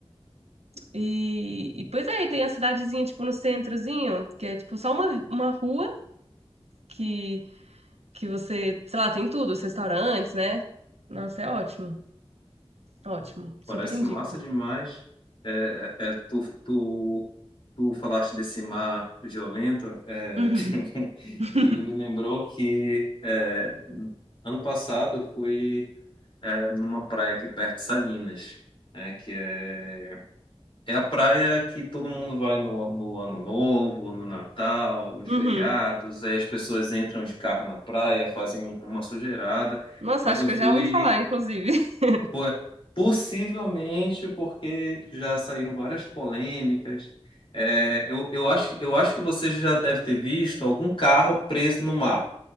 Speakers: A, on the right; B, on the left.
A: E, e pois é, e tem a cidadezinha, tipo, no centrozinho, que é tipo só uma, uma rua que, que você, sei lá, tem tudo, os restaurantes, né? Nossa, é ótimo. Ótimo, super
B: Parece
A: indico.
B: massa demais. É, é, é, tu, tu, tu falaste desse mar violento, é,
A: Uhum.
B: <laughs>
A: <laughs>
B: e me lembrou que é, ano passado eu fui é, numa praia aqui perto de Salinas, né, que é, é a praia que todo mundo vai no, no Ano Novo, no Natal, nos
A: Uhum.
B: feriados, aí as pessoas entram de carro na praia, fazem uma sujeirada,
A: Nossa,
B: mas
A: acho
B: eu
A: que
B: fui.
A: eu já ouvi falar, inclusive. <laughs>
B: Po- Possivelmente porque já saíram várias polêmicas. É, eu, eu acho, eu acho que você já deve ter visto algum carro preso no mar.